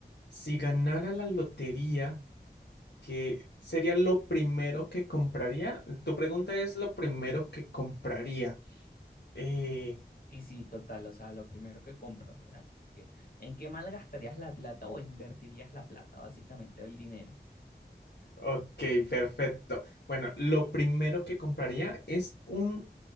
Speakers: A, on the left (about 75°); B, on the left (about 55°).
A: si ganara la lotería, ¿qué sería lo primero que compraría? Tu pregunta es lo primero que compraría. Eh,
B: Sí, sí, total, o sea, lo primero que compras, o sea, que- que- ¿en qué malgastarías la plata o invertirías la plata, básicamente, el dinero?
A: ok, perfecto. Bueno, lo primero que compraría es un